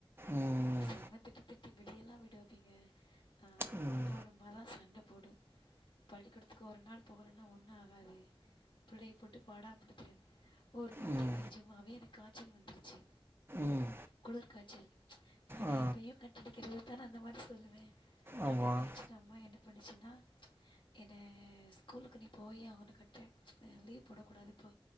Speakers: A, on the right (about 25°); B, on the left (about 65°).
A: ம்
B: செம திட்டு திட்டி விடியெல்லா விடுவப்பீங்க அ
A: ம்
B: வாப்பாவோட அம்மாதா சண்ட போடு பள்ளிக்கொடத்துக்கு ஒரு நாள் போகலன்னா ஒண்ணு ஆகாது பிள்ளைய போட்டு பாடா படுத்துற ஒரு வாட்டி
A: ம்
B: நிஜமாவே எனக்கு காய்ச்சல் வந்துருச்சு
A: ம்
B: குளிர் காய்ச்சல் நா
A: ஆ
B: எப்பயு கட்டடிக்கிறதுக் தா அந்த மாரி சொல்லுவே
A: ஆமாம்
B: அப்டின் நெனச்சட்டு அம்மா என்ன பண்ணிச்சுனா என்ன ஸ்கூலுக்கு நீ போயே ஆவுணு கட்ட லீவ் போடக்க கூடாது போ